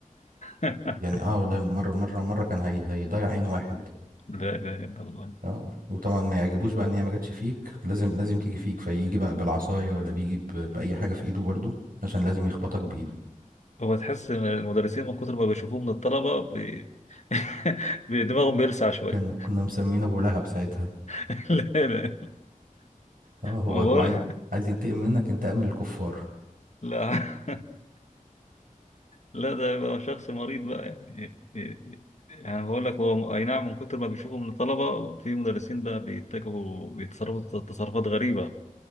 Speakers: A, on the left; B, on the right.
A: <laughs>
B: يعني اه والله مره مره مره كان هي... هيضيع عين واحد
A: لا اله الا الله
B: اه وطبعا ما يعجبوش بقى ان هي ما جاتش فيك لازم لازم تيجي فيك فيجي بقى بالعصايه ولا بيجي ب... باي حاجه في ايده برضو عشان لازم يخبطك بايده
A: هو تحس إن المدرسين من كتر ما بيشوفوه من الطلبة بي... <laughs> بي- دماغهم بيلسع شوية
B: كان كنا مسمينه ابو لهب ساعتها
A: <laughs> لا لا
B: اه هو
A: ما
B: هو
A: بقول
B: عايز عايز ينتقم منك انتقام الكفار
A: لا <laughs> لا ده يبقى شخص مريض بقى يعني يعني بقول لك هو اي نعم من كتر ما بيشوفوا من الطلبه في مدرسين بقى بيتجهوا بيتصرفوا تصرفات غريبه